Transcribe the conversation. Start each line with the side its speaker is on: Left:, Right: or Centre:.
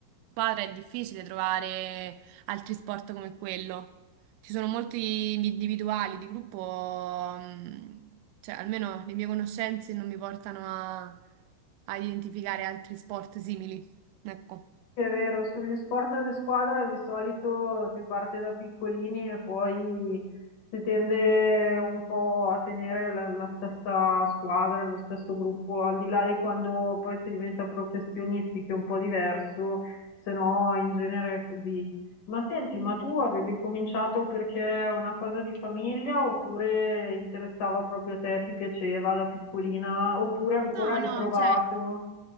Right: squadra è difficile trovare altri sport come quello. Ci sono molti individuali, di gruppo, mh, cioè almeno le mie conoscenze non mi portano a, a identificare altri sport simili. Ecco.
Left: Sì, È vero, sugli sport di squadra di solito si parte da piccolini e poi si tende un po' a tenere la, la stessa squadra, lo stesso gruppo, al di là di quando poi si diventa professionisti, che è un po' diverso, se no in genere è così. Ma senti, ma tu avevi cominciato perché è una cosa di famiglia oppure interessava proprio a te, ti piaceva da piccolina, oppure ancora
Right: No,
Left: hai
Right: no,
Left: provato
Right: cioè,